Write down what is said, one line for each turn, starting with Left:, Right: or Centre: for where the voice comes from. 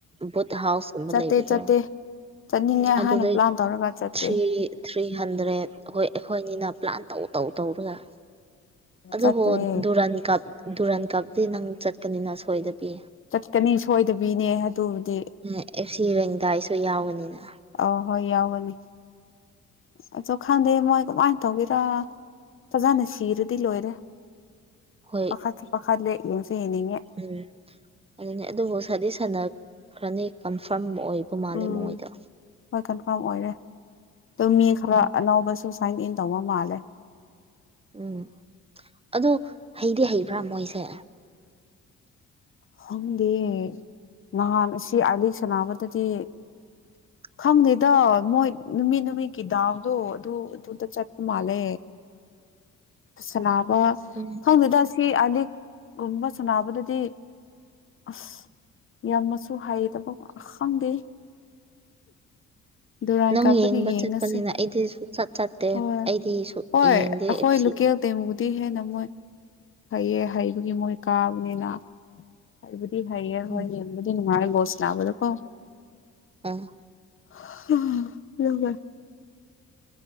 Right: ꯕꯨꯠ ꯍꯥꯎꯁꯀꯨꯝꯕ
Left: ꯆꯠꯇꯦ
Right: ꯂꯩꯕꯗꯣ
Left: ꯆꯠꯇꯦ ꯆꯠꯅꯤꯡꯉꯦ
Right: ꯑꯗꯨꯗꯩ
Left: ꯍꯥꯏꯅ ꯄ꯭ꯂꯥꯟ ꯇꯧꯔꯒ ꯆꯠꯇꯦ
Right: ꯊ꯭ꯔꯤ ꯊ꯭ꯔꯤ ꯍꯟꯗ꯭ꯔꯦꯠ ꯑꯩꯈꯣꯏ ꯑꯩꯈꯣꯏꯅꯤꯅ ꯄ꯭ꯂꯥꯟ ꯇꯧ ꯇꯧ ꯇꯧꯔꯒ ꯑꯗꯨꯕꯨ
Left: ꯆꯠꯇ꯭ꯔꯦ
Right: ꯗꯨꯔꯥꯟ ꯀꯞ ꯗꯨꯔꯥꯟ ꯀꯞꯇꯗꯤ ꯅꯪ ꯆꯠꯀꯅꯤꯅ ꯁꯣꯏꯗꯕꯤ
Left: ꯆꯠꯀꯅꯤ ꯁꯣꯏꯗꯕꯤꯅꯦ ꯑꯗꯨꯕꯨꯗꯤ
Right: ꯑꯦꯐ ꯁꯤ ꯔꯦꯡꯗꯥꯏꯁꯨ ꯌꯥꯎꯒꯅꯤꯅ
Left: ꯑ ꯍꯣꯏ ꯌꯥꯎꯒꯅꯤ ꯑꯆꯨ ꯈꯪꯗꯦ ꯃꯣꯏ ꯀꯃꯥꯏ ꯇꯧꯒꯦꯔ ꯐꯖꯟꯅ ꯁꯤꯔꯗꯤ ꯂꯣꯏꯔꯦ
Right: ꯍꯣꯏ
Left: ꯄꯥꯈꯠ ꯄꯥꯈꯠꯂꯦ ꯌꯦꯡꯅꯤꯡꯉꯦ
Right: ꯎꯝ ꯑꯗꯨꯅꯤ ꯑꯗꯨꯕꯨ ꯁꯥꯗꯤ ꯁꯥꯟꯅꯈ꯭ꯔꯅꯤ ꯀꯟꯐꯥꯔꯝ ꯑꯣꯏꯕ ꯃꯥꯜꯂꯦ
Left: ꯎꯝ
Right: ꯃꯣꯏꯗꯣ
Left: ꯍꯣꯏ ꯀꯟꯐꯥꯔꯝ ꯑꯣꯏꯔꯦ ꯑꯗꯨ ꯃꯤ ꯈꯔ
Right: ꯎꯝ
Left: ꯑꯅꯧꯕꯁꯨ ꯁꯥꯏꯟ ꯏꯟ ꯇꯧꯕ ꯃꯥꯜꯂꯦ
Right: ꯎꯝ ꯑꯗꯣ ꯍꯩꯗꯤ ꯍꯩꯕ꯭ꯔ ꯃꯣꯏꯁꯦ
Left: ꯈꯪꯗꯦ ꯅꯍꯥꯟ ꯑꯁꯤ ꯑꯥꯏꯂꯤꯛ ꯁꯥꯟꯅꯕꯗꯗꯤ
Right: <inaudible>
Left: ꯈꯪꯗꯦꯗ ꯃꯣꯏ ꯅꯨꯃꯤꯠ ꯅꯨꯃꯤꯠꯀꯤ ꯗꯥꯎꯗꯣ ꯑꯗꯨ ꯑꯗꯨꯗ ꯆꯠꯄ ꯃꯥꯜꯂꯦ ꯁꯅꯥ ꯑ
Right: ꯎꯝ
Left: ꯈꯪꯗꯦꯗ ꯁꯤ ꯑꯥꯏꯂꯤꯛꯀꯨꯝꯕ ꯁꯥꯟꯅꯕꯗꯗꯤ ꯑꯁ ꯌꯥꯝꯅꯁꯨ ꯍꯥꯏꯇꯕ ꯑ ꯈꯪꯗꯦ ꯗꯨꯨꯔꯥꯟ
Right: ꯅꯪ
Left: ꯀꯥꯞꯇꯗꯤ
Right: ꯌꯦꯡꯕ
Left: ꯌꯦꯡꯉꯁꯦ
Right: ꯆꯠꯄꯅꯤꯅ ꯑꯩꯗꯤ ꯁꯨꯡꯆꯠ ꯆꯠꯇꯦ
Left: ꯍꯣꯏ
Right: ꯑꯩꯗꯤ ꯁꯨ
Left: ꯍꯣꯏ
Right: ꯌꯦꯡꯗꯦ ꯑꯦꯞ
Left: ꯑꯩꯈꯣꯏ
Right: ꯁꯤ
Left: <unintelligible> ꯃꯨꯗꯤ ꯍꯦꯅ ꯃꯣꯏ ꯍꯩꯌꯦ ꯍꯩꯕꯒꯤ ꯃꯣꯏ ꯀꯥꯕꯅꯤꯅ ꯍꯥꯢꯕ ꯗꯤ ꯍꯩꯌꯦ ꯍꯣꯏ
Right: ꯎꯝ
Left: ꯌꯦꯡꯕꯨꯗꯤ ꯅꯨꯡꯉꯥꯏꯔꯦ ꯕꯣꯜ ꯁꯤꯅꯕꯗꯣꯀꯣ
Right: ꯑꯥ
Left: <inaudible>